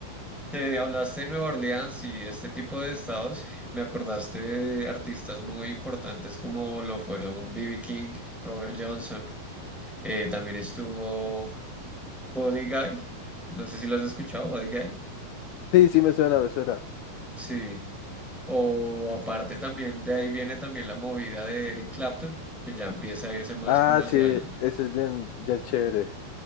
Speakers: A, in the centre; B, on the left.
A: que hablaste de Nueva Orleans y este tipo de estados. Me acordaste de artistas muy importantes como lo fueron B.B. King, Robert Johnson. Eh, también estuvo Body Guy. No sé si lo has escuchado, Body Guy.
B: Sí, sí, me suena, me suena.
A: Sí. O aparte también, de ahí viene también la movida de Eric Clapton, que ya empieza a irse más
B: Ah,
A: como hacia
B: sí,
A: el...
B: ese es bien, bien chévere.